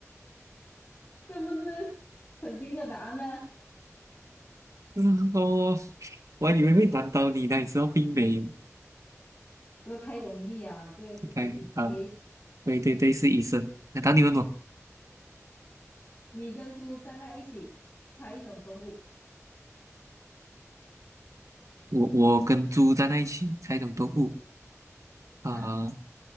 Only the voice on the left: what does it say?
这不是肯定的答案呢？
这个太容易啊，这个是
easy
case。
你跟猪站在一起，猜一种动物
啊？